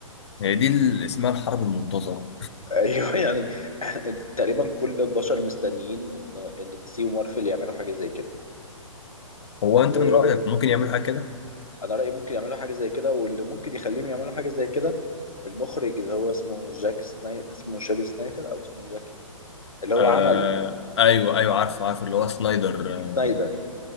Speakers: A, on the left (about 50°); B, on the left (about 80°).
A: هي دي اللي اسمها الحرب المنتظره
B: <laughs> ايوه يعني <laughs> إنت- تقريبا كل البشر مستنيين ان ان دي سي ومارفل يعملوا حاجة زي كده
A: هو
B: وانا
A: انت من رايك ممكن يعملوا حاجه كده
B: رأيي ممكن يعملوا حاجة زي كده واللي ممكن يخليهم يعملوا حاجة زي كده المخرج اللي هو اسمه جاك سناي اسمه جاك سنايدر او اسمه جاك إيه؟ اللي هو
A: آه
B: عمل
A: ايوه ايوه عارف عارف اللي هو سنايدر آه،
B: سنايدر